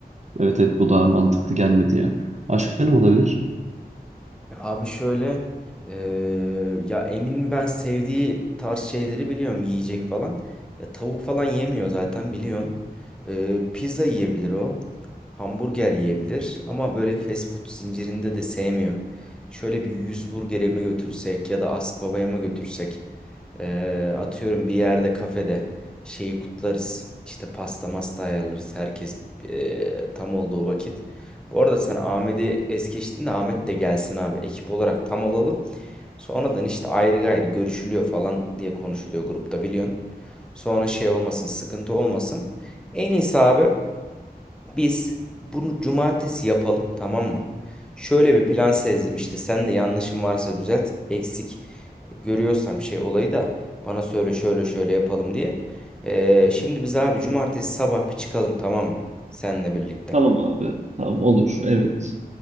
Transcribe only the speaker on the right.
Evet evet bu daha mantıklı gelmedi ya. Başka ne olabilir?
Tamam abi. Tamam olur. Evet.